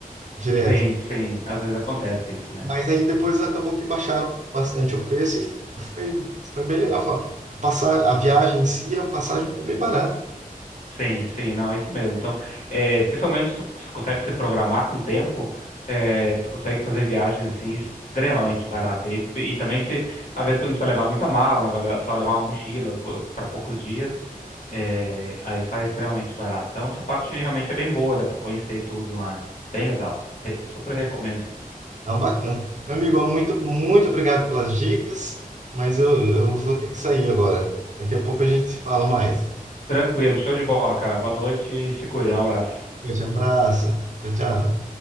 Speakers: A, on the right; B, on the left.
A: direto.
B: Sim, sim. Às vezes acontece isso mesmo.
A: Mas aí depois acabou que baixaram bastante o preço e foi, foi bem legal. Fa- A passar, a viagem em si, a passagem foi bem barata.
B: Sim, sim, não, é isso mesmo. Então, é, especialmente se tu se consegue se programar com o tempo, é, tu consegue fazer viagens assim extremamente barato. E, e também se às vezes tu não precisa levar muita mala, né? vai le- Só levar uma mochila para poucos dias, é, aí sai extremamente barato. Então essa parte realmente é bem boa, dá para conhecer tudo lá. Bem legal. Re- super recomendo.
A: Então, bacana. Meu amigo, ó, muito, muito obrigado pelas dicas, mas eu, eu vou ter que sair agora. Daqui a pouco a gente se fala mais.
B: Tranquilo, show de bola, cara. Boa noite, se cuida, um abraço.
A: Um abraço. Tchau, tchau.